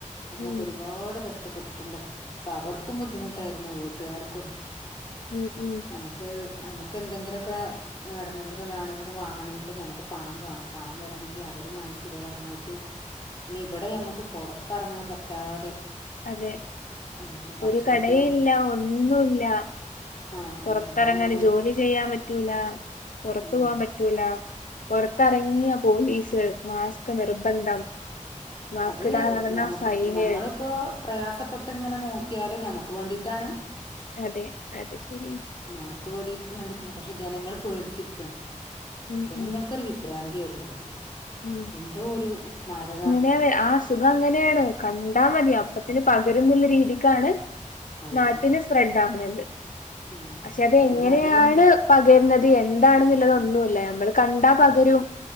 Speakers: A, on the left (about 30°); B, on the left (about 80°).
A: അന്നൊക്കെ
B: ഉം
A: ഒരുപാട് കഷ് കഷ്ടപ്പെട്ടിട്ടുണ്ട് അപ്പ അവർക്കും ബുദ്ധിമുട്ടായിരുന്നു വീട്ടുകാർക്കും
B: ഉം ഉം
A: നമുക്ക് നമുക്ക് എന്തെങ്കിലൊക്കെ നട വെങ്കിലും ഇതാണെങ്കിലും വാങ്ങണമെങ്കിലും നമുക്ക് പണം വേണം പണം വരണമെങ്കിൽ അവര് മാനസികപരമായിട്ട് ഇനി ഇവിടെ മ്മക്ക് പൊറത്തിറങ്ങാൻ പറ്റാതെ
B: അതെ
A: ഉം ഭക്ഷണത്തിനും
B: ഒരു കടയും ഇല്ല ഒന്നും ഇല്ല
A: ആഹ്
B: പുറത്തിറങ്ങൻ
A: ആഹ് അങ്ങനെ കൊറെ
B: ജോലി ചെയ്യാൻ പറ്റൂല പുറത്തു
A: ഉം
B: പോകൻ പറ്റ് പറ്റൂല പുറത്തിറങ്ങിയ പോലീസ് മാസ്ക് നിർബന്ധം മാസ്ക്
A: അത്
B: ഇടാതെ നടന്നാ
A: ഞമ്മക്ക്
B: ഫൈന്
A: ഞമ്മളിപ്പോ പ്രയാസപ്പെട്ട് ഇങ്ങനെ നോക്കിയാലും ഞമ്മക്ക് വേണ്ടിയിട്ടാണ്
B: അതെ അതെ ശരിയാണ്
A: നമുക്ക് വേടി വേണ്ടിട്ടാണ് പക്ഷെ ജനങ്ങൾ പേടിച്ചിരിക്കാണെ
B: ഉം
A: ജനങ്ങൾക്കൊരു
B: ഉം
A: വി ഭ്രാന്തിയരുന്നു അന്ന്
B: ഉം
A: എന്തോ ഒരു മാരക
B: <unintelligible> ആ അസു സുഖം അങ്ങനെയാണ് കണ്ടാ മതി അപ്പത്തിന് പകരുംന്ന്ള്ള രീതിക്കാണ്
A: അതെ
B: നാട്ടി
A: അതെ
B: ഫ്രണ്ടാ ആവുന്നുണ്ട്
A: ഉം
B: പക്ഷെ അതെങ്ങനെയാണ്
A: പിന്നെ അതില്
B: പകരണത് എന്താണെന്നുള്ളത് ഒന്നുല്ല നമ്മൾ കണ്ടാ പകരും.